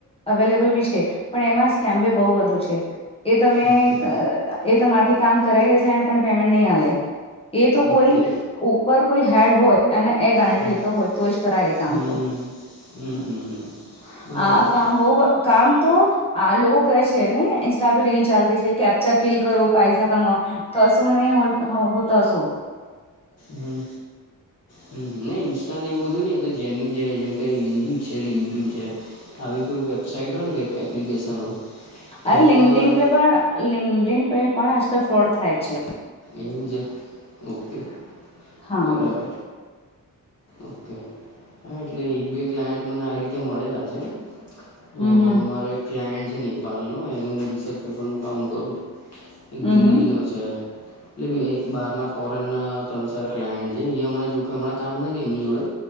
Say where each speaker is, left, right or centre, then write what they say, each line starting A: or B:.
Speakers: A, on the left (about 15°); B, on the left (about 45°).
A: અવેલેબલ બી છે પણ એમાં સ્કેમ બી બહુ બધો છે. એ તમે
B: ઓકે
A: એ તમારીથી કામ કરાવી લેશે એને પણ પેમેન્ટ નહીં હાલે. એ તો કોઈ
B: ઓકે
A: ઉપર કોઈ હેડ હોય અને એ ગારંટી
B: હમ
A: લેતો હોય તો એ જ કરાય. આમ
B: હમ
A: તો
B: હમ હમ
A: <inaudible>
B: હમ બરાબર
A: આ કામ
B: છે
A: બઉ <unintelligible> કામ તો આ લોકો કહે છે. નઈ ઇન્સ્ટા પે રીલ ચાલતી છે કેપ્ચા ફિલ કરો પૈસા કમાઓ કશું નહી ઓલ તો હો તો સો
B: હમ્મ હમ્મ નઈ ઇન્સ્ટા ને એવું બધું નઈ હતું. જેન્યુન જે જેમ કે હિન્દી છે લિકિંડ છે આવી કોઈ વેબસાાઈટ હોય ને કેઈ એપ્લિકેશન હોય
A: અરે
B: એમાં
A: લિંડીન પે પણ લિંડિન પે પણ આજકાલ ફ્રોડ થાય છે
B: એવું છે ઓકે
A: હા
B: બરાબર. ઓકે હા એટલે એક બે ક્લાયન્ટ મને આ રીતે મળેલા છે તો
A: હમ હમ
B: મારો એક ક્લાયન્ટ છે નેપાલ નો એનું રિસર્ચ પેપર નું કામ કરું છું એક
A: હમ
B: દિલ્હીનો
A: હમ
B: છે એબી એક બહારના ફોરેનના ત્રણ ચાર ક્લાયન્ટ છે એ હમણા જો કે હમણાં કામ નથી એમની જોડે